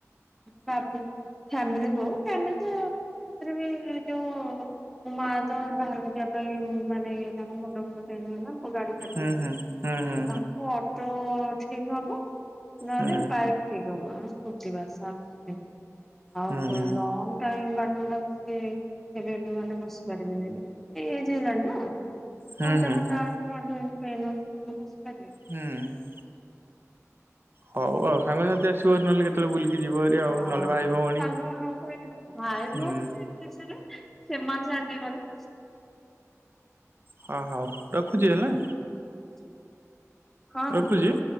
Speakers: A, in the centre; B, on the right.
A: ବା ଫ୍ୟମିିଲ ହ ଫ୍ୟମ ବି ଯୋଉ ମା ତ ବାହାରକୁ ଯିବା ପାଇଁ ମାନେ ତାଙ୍କ ମୁଣ୍ଡ ଫୁଣ୍ଡ ହେଲା ଗାଡି ଛାଡିବେ
B: ହୁଁ ହୁଁ ହୁଁ ହୁଁ
A: ତ ତାଙ୍କୁ ଅଟୋ ଠିକ ହବ। ନହେଲେ
B: ହୁଁ
A: ବାଇକ ଠିକ ହବ, ନହେଲେ ସ୍କୁଟି ବାସ ଆ ଆଉ
B: ହୁଁ ହୁଁ
A: ଲଙ୍ଗ ଟାଇମ ବାଟ ଟା ସେ କେବେ ବି ମାନେ ବସି ପାରିବେନି, ଏଜ୍ ହେଲାଣି ନା,
B: ହୁଁ
A: ଅଣ୍ଟା
B: ହୁଁ
A: ଫଣ୍ଟା
B: ହୁଁ।
A: <unintelligible> ବସିପାରିବେ।
B: ହୁଁ ଉଁ ହଉ ଆଉ ସାଙ୍ଗସାଥି ଆସିବ ହି ନହଲେ କେତବେଳେ ବୁଲିକି ଯିବ। ହେରି ଆଉ
A: ହଁ
B: ନହେଲେ ଭାଇ ଭଉଣୀ।
A: ସାଙ୍ଗ କ ଭାଇ
B: ହୁଁ
A: ଭଉନି ସେମାନେ <unintelligible>
B: ହଁ ହଉ ରଖୁଛି ହେଲା।
A: <inaudible> ହଁ
B: ରଖୁଛି।
A: ହଁ।